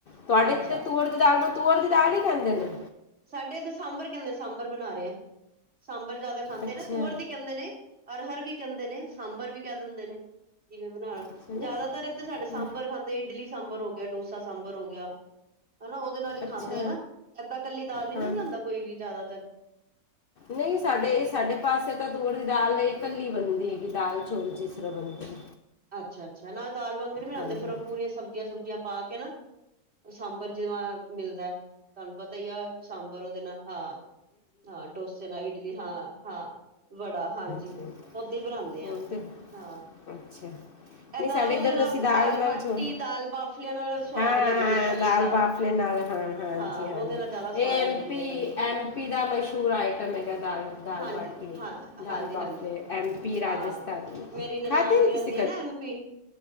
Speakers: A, on the left (about 70°); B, on the right (about 40°).
A: ਤੁਹਾਡੇ
B: ਅੱਛਾ
A: ਤੁਰ ਦੀ ਦਾਲ ਨੂੰ ਤੁਅਰ ਦੀ ਦਾਲ ਹੀ ਕਹਿੰਦੇ ਨੇ‌।
B: ਸਾਡੇ ਇੱਧਰ ਸਾਂਬਰ ਕਹਿੰਦੇ ਸਾਂਬਰ ਬਣਾ ਰਹੇ ਆ। ਸਾਂਬਰ ਜਿਆਦਾ ਖਾਂਦੇ
A: ਅੱਛਾ
B: ਨਾ ਤੂਅਰ ਦੀ ਕਹਿੰਦੇ ਨੇ। ਅਰਹਰ ਵੀ ਕਹਿੰਦੇ ਨੇ, ਸਾਂਬਰ ਵੀ ਕਹਿ ਦਿੰਦੇ ਨੇ ਜਿਵੇਂ ਬਣਾ।
A: ਅੱਛਾ
B: ਜ਼ਿਆਦਾਤਰ
A: ਨਹੀਂ
B: ਇਧਰ ਸਾਡੇ ਸਾਂਬਰ
A: ਹਾਂ,
B: ਖਾਂਦੇ ਇਡਲੀ ਸਾਂਬਰ ਹੋ ਗਿਆ, ਡੋਸਾ ਸਾਂਬਰ ਹੋ ਗਿਆ। ਹਨਾ। ਉਹਦੇ ਨਾਲ ਹੀ
A: ਅੱਛਾ
B: ਖਾਂਦੇ ਹਨ ਨਾ। ਏਦਾਂ ਕੱਲੀ ਦਾਲ ਨੀ ਨਾ
A: ਹਾਂ
B: ਬਣਾਉਦਾ ਕੋਈ ਵੀ ਜ਼ਿਆਦਾਤਰ।
A: ਨਹੀਂ ਸਾਡੇ,
B: ਹਾਂ।
A: ਇਹ ਸਾਡੇ ਪਾਸ ਤਾਂ ਤੁਅਰ ਦੀ ਦਾਲ ਕੱਲੀ ਬਣਦੀ ਹੈਗੀ ਦਾਲ- ਚੋਲ ਜਿਸ ਤਰਾ ਬਣਦੀ।
B: ਅੱਛਾ- ਅੱਛਾ ਨਾ ਦਾਲ ਵਾਂਗ ਨ ਬਣਾਉਂਦੇ,
A: ਹਾਂਜੀ
B: ਫੇਰ ਉਹ ਪੂਰੀਆਂ ਸਬਜ਼ੀਆਂ -ਸੁਬਜੀਆਂ ਪਾ ਕੇ ਨਾ। ਸਾਂਬਰ ਜੀਵਾ ਮਿਲਦਾ। ਤੁਹਾਨੂੰ ਪਤਾ ਹੀ ਆ ਸਾਂਬਰ ਉਹਦੇ ਨਾਲ ਹਾਂ- ਹਾਂ, ਡੋਸੇ ਨਾਲ ਇਡਲੀ ਹਾਂ- ਹਾਂ। ਵੜਾ ਹਾਂਜੀ।
A: ਜੀ
B: ਓਦਾਂ ਹੀ ਬਣਾਉਂਦੇ ਆ
A: ਹਮ, ਤੇ
B: ਹਾਂ।
A: ਅੱਛਾ।
B: ਏਦਾਂ
A: ਨਹੀਂ ਸਾਡੇ
B: ਉਹਦੇ
A: ਇੱਧਰ
B: ਨਾਲ
A: ਤਾਂ ਅਸੀਂ
B: ਦਾਲ
A: ਨਾਲ
B: -ਬਾਟੀ,
A: ਛੋਲ
B: ਦਾਲ- ਬਾਫਲੀਆਂ ਨਾਲ ਸਵਾਦ
A: ਹਾਂ
B: ਲੱਗਦੀ
A: ਹਾਂ
B: ਹੈ ਕੱਲੀ।
A: ਦਾਲ ਬਫਲੀਏ ਨਾਲ ਹਾਂ, ਹਾਂਜੀ
B: ਹਾਂ
A: -ਹਾਂਜੀ।
B: ਉਹਦੇ ਨਾਲ ਜ਼ਿਆਦਾ ਸਵਾਦ
A: ਇਹ ਐਮ
B: ਲੱਗਦੀ
A: ਪੀ,
B: ਹੈ ਕੱਲੀ
A: ਐਮ ਪੀ ਦਾ ਮਸ਼ਹੂਰ ਆਈਟਮ ਹੈਗਾ। ਦ ਦਾਲ-
B: ਹਾਂਜੀ
A: ਬਾਟੀ,
B: ਹਾਂ
A: ਦਾਲ-
B: ਹਾਂਜੀ
A: ਬਾਫਲੇ
B: ਹਾਂਜੀ
A: ਐਮ ਪੀ ਰਾਜਸਥਾਨ
B: ਹਾਂ ਮੇਰੀ ਨਨਾਨ
A: ਖਾਧੇ
B: ਵੀ ਰਹਿੰਦੀ
A: ਸੀ।
B: ਨਾ ਐਮ ਪੀ।